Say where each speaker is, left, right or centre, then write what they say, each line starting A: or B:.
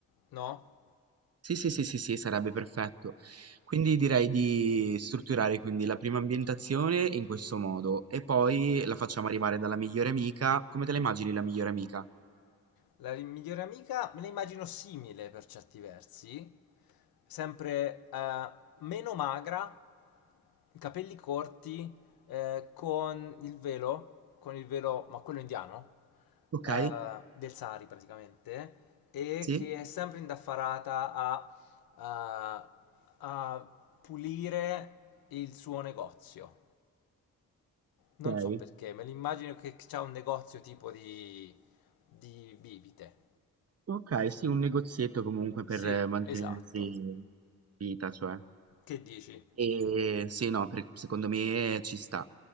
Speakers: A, on the left (about 80°); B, on the right (about 45°).
A: No?
B: Sì, sì, sì, sì, sì, sarebbe perfetto. Quindi direi di strutturare quindi la prima ambientazione in questo modo e poi la facciamo arrivare dalla migliore amica. Come te la immagini la migliore amica?
A: La migliore amica me la immagino simile per certi versi, sempre eh, meno magra, capelli corti, eh, con il velo, con il velo, ma quello indiano,
B: Ok?
A: eh, del Sari praticamente, e
B: Sì?
A: che è sempre indaffarata a, a- a pulire il suo negozio. Non
B: Ok.
A: so perché, me l'immagino che c'ha un negozio tipo di, di bibite.
B: Ok, sì, un negozietto comunque
A: Sì,
B: per eh, mantenersi
A: esatto.
B: in vita, cioè.
A: Che dici?
B: E sì, no, per- secondo me ci sta.